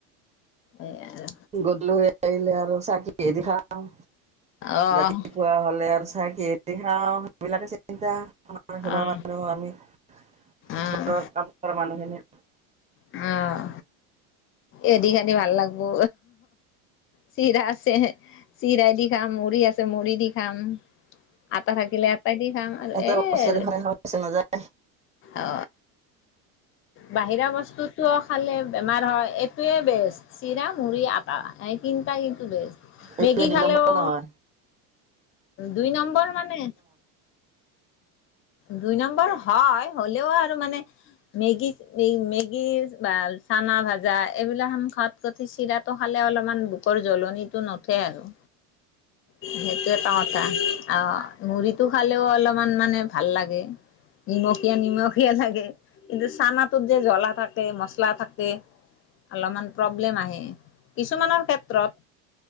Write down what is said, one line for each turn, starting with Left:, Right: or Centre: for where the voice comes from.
Left: এই আৰু
Right: <unintelligible> আহিলে আৰু চাকি হেৰিখন
Left: অহ
Right: ৰাতিপুৱা হ'লে আৰু চাহ কিহে খাওঁ? <inaudible>
Left: অহ অহ
Right: ঘৰৰ কাম কৰাৰ মানুহখিনি
Left: উম, এদিন আনি ভাল লাগবো চিৰা আছে, চিৰাই দি খাম, মুৰি আছে মূৰি দি খাম। আটা থাকিলে আটাই দি খাম আৰু
Right: এটা
Left: এ
Right: বস্তু
Left: আৰু
Right: দেখোন এখন বেচা নাযায়
Left: অ, বাহিৰা বচ টো - টোৱ খালে বেমাৰ হয় এইটোৱে বেষ্ট চিৰা, মুড়ি, আটা এই তিনিটা কিন্তু বেষ্ট।
Right: এইবিলাক
Left: মেগী
Right: দুই
Left: খালেও
Right: নম্বৰ নহয়
Left: দুই নম্বৰ মানে দুই নম্বৰ হয় হ'লেও আৰু মানে মেগী- মেগী বা চা খানা ভাজা এইবিলাহান খাৱাতকৈ চিৰাটো খালে অলপমান বোকৰ জ্বলনিটো নুঠে আৰু। সিহেটে তাও এটা। আহ, মুৰিটো খালেওঁ অলমান মানে ভাল লাগে। নিমকীয়া - নিমকীয়া লাগে কিন্তু চানাটোত যে জ্বলা থাকে মচলা থাকে - অলমান প্ৰব্লেম আহে কিছুমানৰ ক্ষেত্ৰত